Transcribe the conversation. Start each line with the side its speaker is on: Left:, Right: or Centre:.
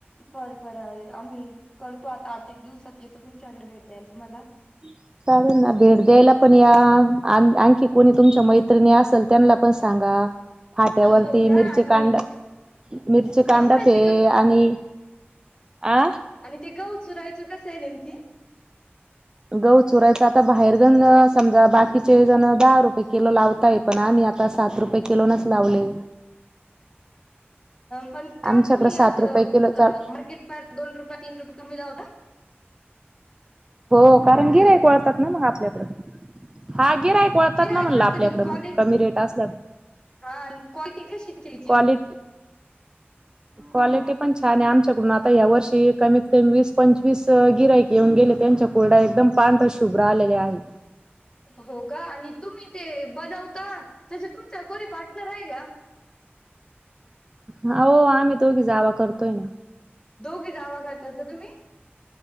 Left: बरं बरं आम्ही, करतो आता आठ एक दिवसात येतो तुमच्याकडे भेट द्यायलाच तुम्हाला
Right: <unintelligible> चालेल ना भेट द्यायला पण या, आणखी कोणी तुमच्या मैत्रिणी असेल त्यांना पण सांगा. फाट्यावरती
Left: हो का
Right: मिरची
Left: आणि
Right: कांड, मिरची कांडपे
Left: एवढंच आहे का
Right: आणि आ
Left: आणि ते गहू चूरायच, कसं आहे नेमकी?
Right: गहू चुरायचं आता बाहेरगण, समजा बाकीचे जण दहा रुपये किलो लावतायेत पण आम्ही आता, सात रुपये किलोनच लावले.
Left: पण का?
Right: आमच्याकडे
Left: तुम्ही
Right: सात
Left: असं
Right: रुपये किलो चाल
Left: मार्केटपार दोन रुपये, तीन रुपये कमी लावता?
Right: हो कारण
Left: हॅलो
Right: गिर्हाईक वळतात ना, मग आपल्याकडे. हा गिऱ्हाईक वळतात
Left: गिराईक
Right: ना म्हणलं
Left: वाढते
Right: आपल्याकडं
Left: पण क्वालिटी
Right: मग, कमी रेट असला
Left: हा आणि क्वालटी कशी आहे त्याच्या हेची?
Right: क्वालिटी क्वालिटी पण छान आहे. आमच्याकडून आता, या वर्षी कमीत कमी वीस पंचवीस गिरायईक येऊन गेले. त्यांच्या कोरडया, एकदम पांढर शुभ्र आलेल्या आहे.
Left: हो का? आणि तुम्ही ते बनवता, तसं तुमचं कोणी पार्टनर आहे का?
Right: हा हो! आम्ही दोघी जावा करतोय ना.
Left: दोघी जावा करतात का तुम्ही?